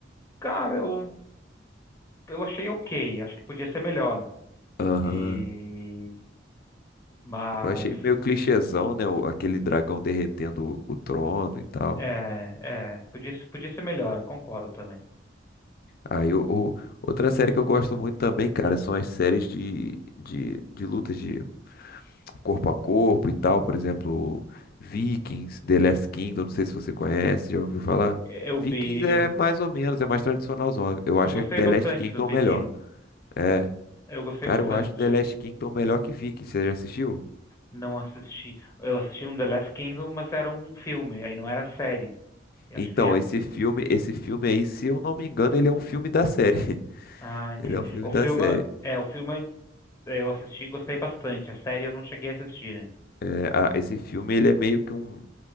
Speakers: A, on the left; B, on the left.
A: Cara, eu, eu achei ok, acho que podia ser melhor.
B: Aham.
A: E, Mas
B: Eu achei meio clichêzão, né? o- aquele dragão derretendo o, o trono e tal.
A: é, é, podia, ser- podia ser melhor, eu concordo também.
B: Aí, o, o- outra série que eu gosto muito também, cara, são as séries de, de, de lutas de corpo a corpo e tal, por exemplo, Vikings, The Last Kingdom, não sei se você conhece, já ouviu falar?
A: Eu
B: Vikings
A: vi,
B: é
A: eu,
B: mais ou menos, é mais tradicionalzão. Eu acho
A: eu gostei
B: que The
A: bastante
B: Last Kingdom
A: do Viking.
B: é o melhor. É,
A: Eu gostei
B: cara,
A: bastante.
B: eu acho The Last Kingdom melhor que Vikings, você já assistiu?
A: Não assisti. Eu assisti um The Last Kingdom, mas era um filme, aí não era série. Eu
B: Então,
A: acho que tem a...
B: esse filme, esse filme aí, se eu não me engano, ele é um filme da série. <laughs>
A: Ah, entendi.
B: Ele é um filme
A: O
B: da
A: filme,
B: série.
A: é, o filme eu assisti e gostei bastante. A série eu não cheguei a assistir, né?
B: É, a- esse filme, ele é meio que um,